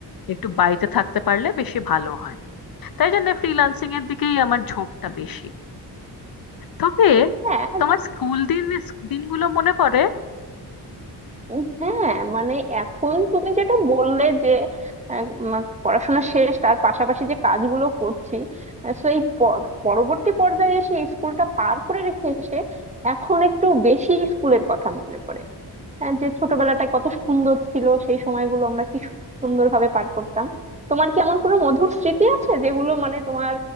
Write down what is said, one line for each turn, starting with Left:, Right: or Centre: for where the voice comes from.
Left: একটু বাড়িতে থাকতে পারলে বেশি ভালো হয় তাই জন্য ফ্রিল্যান্সিং এর দিকেই আমার ঝোঁকটা বেশি তবে
Right: হ্যাঁ
Left: তোমার স্কুল দিন দিনগুলো মনে পড়ে
Right: উম, হ্যাঁ মানে এখন তুমি যেটা বললে যে আহ, উম, পড়াশোনা শেষ তার পাশাপাশি যে কাজগুলো করছি আহ, সো এই প- পরবর্তী পর্যায়ে এসে স্কুলটা পার করে রেখে এসে এখন একটু বেশি স্কুলের কথা মনে পড়ে আহ, যে ছোটবেলাটা কত সুন্দর ছিল সেই সময়গুলো আমরা কি সুন্দরভাবে পার করতাম তোমার কি এমন কোনো মধুর স্মৃতি আছে যেগুলো মানে তোমার